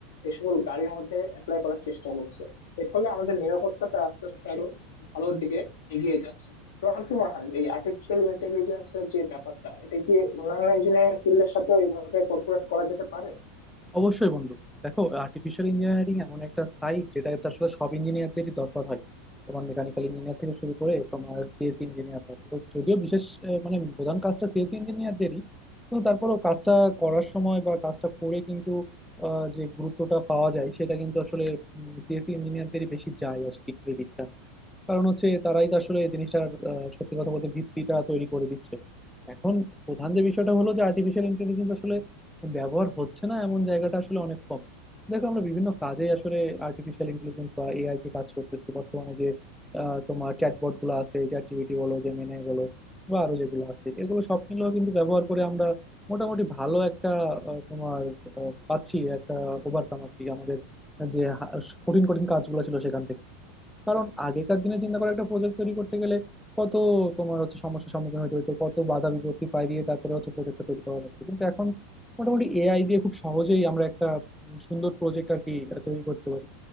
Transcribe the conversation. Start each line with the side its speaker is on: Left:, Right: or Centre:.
Left: এই সকল গাড়ির মধ্যে অ্যাপ্লাই করার চেষ্টা করছে এর ফলে আমাদের নিরাপত্তাটা আস্তে আস্তে আরো ভালোর দিকে এগিয়ে যাচ্ছে তোমার কি মনে হয় এই আর্টিফিশিয়াল ইন্টেলিজেন্স এর যে ব্যাপারটা এটা কি অন্যান্য ইঞ্জিনিয়ারিং ফিল্ডের সাথে এভাবে কর্পোরেট করা যেতে পারে
Centre: অবশ্যই বন্ধু দেখো আর্টিফিশিয়াল ইঞ্জিনিয়ারিং এমন একটা সাইড যেটা আসলে সব ইঞ্জিনিয়ারদেরই দরকার হয় তোমার মেকানিক্যাল ইঞ্জিনিয়ার থেকে শুরু করে তোমার সিএসসি ইঞ্জিনিয়ার যদিও বিশেষ আহ, মানে প্রধান কাজটা সিএসসি ইঞ্জিনিয়ারদেরই কিন্তু তারপরেও কাজটা করার সময় বা কাজটা করে কিন্তু আহ, যে গুরুত্বটা পাওয়া যায় সেটা কিন্তু আসলে সিএসসি ইঞ্জিনিয়ারদেরই বেশি যায় আর কি ক্রেডিটটা কারণ হচ্ছে তারাই তো আসলে এই জিনিসটার আহ, সত্যি কথা বলতে ভিত্তিটা তৈরি করে দিচ্ছে এখন প্রধান যে বিষয়টা হলো যে আর্টিফিশিয়াল ইন্টেলিজেন্স আসলে ব্যবহার হচ্ছে না এমন জায়গাটা আসলে অনেক কম দেখো আমরা বিভিন্ন কাজে আসলে আর্টিফিশিয়াল ইন্টেলিজেন্স বা এআই কে কাজ করতেছি বর্তমানে যে আহ, তোমার চ্যাটবট গুলো আছে চ্যাট জিপিটি বলো জেমিনাই বলো বা আরো যেগুলো আছে এগুলো সব মিলেও কিন্তু ব্যবহার করে আমরা মোটামুটি ভালো একটা আহ, তোমার আহ, পাচ্ছি একটা ওভারকাম আর কি আমাদের যে হা- কঠিন কঠিন কাজগুলো ছিল সেখান থেকে কারণ আগেকার দিনে চিন্তা করে একটা প্রজেক্ট তৈরি করতে গেলে কত তোমার হচ্ছে সমস্যার সম্মুখীন হতে হতো কত বাধা বিপত্তি পাইয়ে তারপরে হচ্ছে প্রজেক্টটা তৈরি করা লাগতো কিন্তু এখন মোটামুটি এআই দিয়ে খুব সহজেই আমরা একটা উম, সুন্দর প্রজেক্ট আর কি আহ, তৈরি করতে পারি